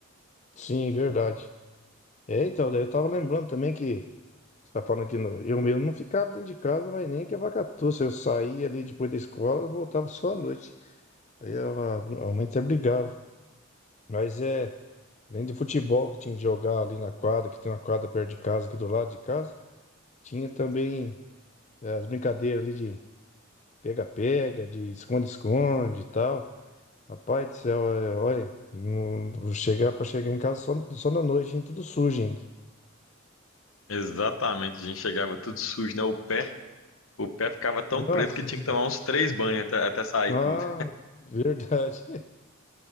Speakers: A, on the left; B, on the left.
A: Sim, verdade. É, então, daí eu tava lembrando também que Você tá falando que no- eu mesmo não ficava dentro de casa, mas nem que a vaca tussa. Eu saía ali depois da escola, voltava só à noite. Aí a, a mãe até brigava. Mas é, além de futebol que tinha que jogar ali na quadra, que tem uma quadra perto de casa, aqui do lado de casa, tinha também é, as brincadeiras ali de pega-pega, de esconde-esconde e tal. Rapaz do céu, é, olha, não, vou chegar para chegar em casa só, só na noite, hein, tudo sujo ainda.
B: Exatamente, a gente chegava tudo sujo, né? O pé, o pé ficava tão
A: Nossa,
B: preto que tinha
A: senhora.
B: que tomar uns três banhos até, até sair
A: ah,
B: tudo.
A: <laughs> verdade.